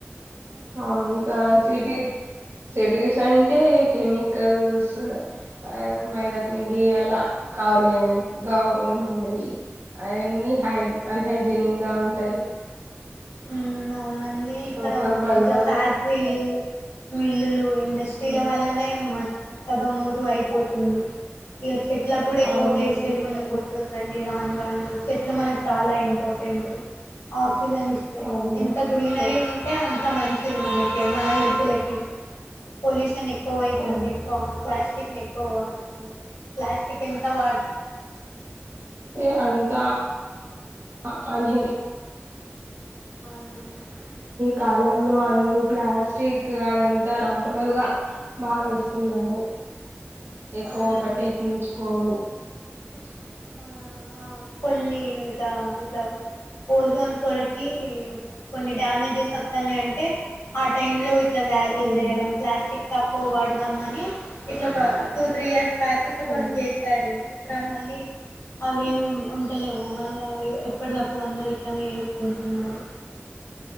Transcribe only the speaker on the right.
అవును ఇంకా సిటీ సిటీస్ అంటే ఇంకా మికి తస్ ఆ మైదాపిండి అలా ఆర్గానిక్ గా ఏమి ఉండేవీ అవన్నీ హై ఆన్ హైజినిక్ గా టై
ఒకరు
కలవరు
ఉమ్,
అవునండి
అవును
అవును
ఏ అంత అ అన్ హెల్ది
కాలంలో అందరూ ప్లాస్టిక్ అదంతా నార్మల్ గా భావిస్తున్నారు ఎక్కువ
పట్టించుకోరు <unintelligible>
ఉమ్
ఉమ్